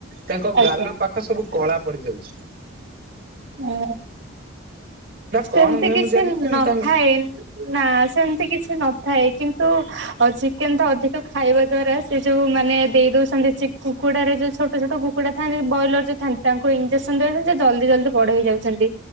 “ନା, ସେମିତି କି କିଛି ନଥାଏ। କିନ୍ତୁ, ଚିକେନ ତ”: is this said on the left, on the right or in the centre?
Right